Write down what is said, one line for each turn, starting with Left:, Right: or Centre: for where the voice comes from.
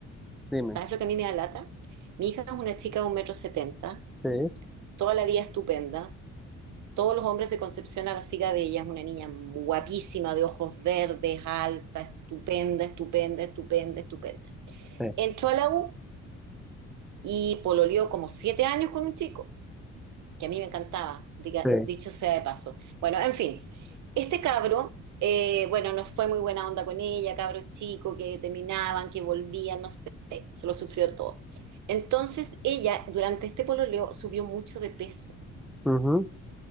Centre: dime.
Right: ¿Sabes lo que a mí me da lata? Mi hija es una chica de un metro setenta,
Centre: Sí,
Right: toda la vida estupenda, Todos los hombres de Concepción a la siga de ella. Es una niña guapísima, de ojos verdes, alta, estupenda, estupenda, estupenda, estupenda.
Centre: Sí,
Right: Entró a la U y pololeó como siete años con un chico, que a mí me encantaba, diga-
Centre: sí.
Right: dicho sea de paso. Bueno, en fin, este cabro, eh, bueno, no fue muy buena onda con ella, cabros chicos que terminaban, que volvían, no sé, se lo sufrió todo. Entonces ella, durante este pololeo, subió mucho de peso,
Centre: ujú,